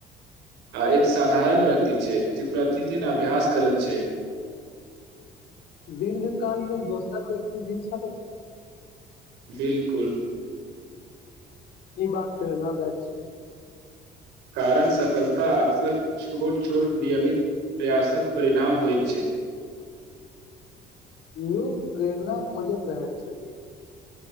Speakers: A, on the right; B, on the left.
A: आ एक साधारण व्यक्ति छै जे प्रतिदिन अभ्यास करैत छै
B: दीर्घ कालमे दोसर व्यक्ति जीत सकै छै
A: बिलकुल
B: इ बात प्रेरणा दायक छै
A: कारण सफलता अक्सर छोट छोट नियमित प्रयासक परिणाम होइत छै
B: लोक प्रेरणा खोजैत रहैत छथि